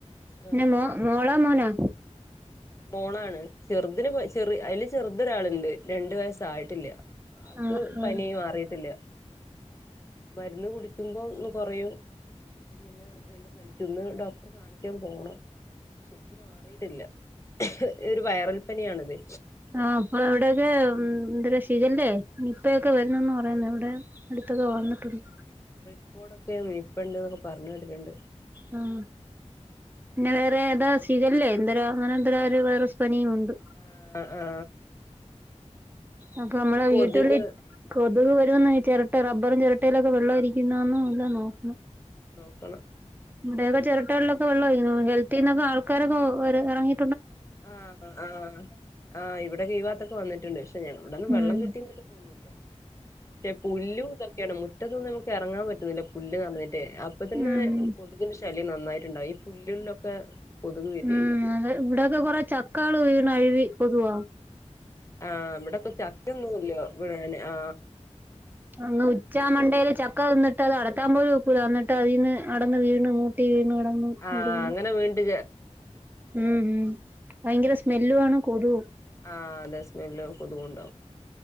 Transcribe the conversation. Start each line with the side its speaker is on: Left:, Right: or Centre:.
Right: പിന്നെ
Left: ആഹ്
Right: മോളോ മോനോ
Left: മോളാണ് ചെറുതിന് ചെറ അയ്ല് ചെറുതൊരാളുണ്ട് രണ്ടു വയസ്സായിട്ടില്ല ആൾക്ക്
Right: ആഹ്
Left: പനി
Right: ആഹ്
Left: മാറിയിട്ടില്ല മരുന്ന് കുടി വിക്കുമ്പോൾ ഒന്ന് കുറയും പിന്നെ വീണ്ടും പനിക്കന്ന് ഡോക്ടറെ കാണിക്കാൻ പോണം ശരിക്കും മാറിയിട്ടില്ല ഒരു വൈറൽ പനിയാണിത്
Right: ആ ആപ്പവിടകെ എന്ത് ക ശരില്ലേ നിപ്പക്കെ വരുന്നന്ന് പറയുന്നു ഇവിടെ അടുത്തൊക്കെ വന്നിട്ടുണ്ട്
Left: ഇപ്പോടൊക്കെ നിപ്പണ്ട് ഒക്കെ പറഞ്ഞ് കേട്ട്ണ്ട്
Right: ആ പിന്നെ വേറെ ഏതാ ശിഖല്ലേ എന്തെരു അങ്ങനെ എന്തേ ഒരു വൈറസ് പനിയും ഉണ്ട്
Left: ആ ആ
Right: അപ്പൊ മ്മളെ
Left: കൊതുക്
Right: വീട്ടുള്ളിൽ കൊതുക് വരന്നായി
Left: ആഹ്
Right: ചിരട്ട റബ്ബറും ചിരട്ടയിലൊക്കെ വെള്ളം ഇരിക്കുന്നന്നും എല്ലാം നോക്കണം.
Left: ക്കണം
Right: ഇവിടെയൊക്കെ ചെരട്ടയിലൊക്കെ വെ ള്ളമായി ഹെൽത്തിൽ നിന്നാൾക്കാരൊക്കെ ഇറങ്ങി
Left: ആ ആ ആ ഇവിടെ കെ ഈ ഭാഗത്തൊക്കെ വന്നിട്ടുണ്ട് ഏ ഇവിടെയൊന്നും
Right: ഉം
Left: വെള്ളം കെട്ടിയന്നുട്ടുല്ല പക്ഷെ പുല്ലും ഇതൊക്കെയാണ് മുറ്റത്തൊന്നും നമുക്ക് ഇറങ്ങാൻ പറ്റുന്നില്ല പുല്ല് നെറഞ്ഞിട്ട് അപ്പ തന്നെ
Right: ഉം
Left: കൊതുകിന്റെ ശ നന്നായിട്ടുണ്ടാവും ഈ പുല്ലിലൊക്കെ. കൊതുക് വരേ
Right: ഉം അതെ ഇവിടെക്കെ കൊറെ ചക്കകൾ വീണ് അഴവി പൊതുവ
Left: ആ ഇവിടെക്കെ ചക്കൊന്നുല്ല്യാ വിഴുന്ന് ആ
Right: അങ്ങ് ഉച്ചാമണ്ടൽ ചക്ക വന്നിട്ട് അത് അടത്താൻ പോലും നോക്കൂലന്നിട്ട് അതിന്ന് അടന്ന് വീണ് മൂട്ടി വീണ് കിടന്ന്
Left: ആ
Right: അഴുകുന്നു
Left: അങ്ങനെ വീണ്ട്
Right: ഉം ഉം ഭയങ്കര സ്മെല്ലുവാണ്
Left: ആ
Right: കൊതുവും
Left: ആ ദസ്മിനിലും കൊത്കുണ്ടാവും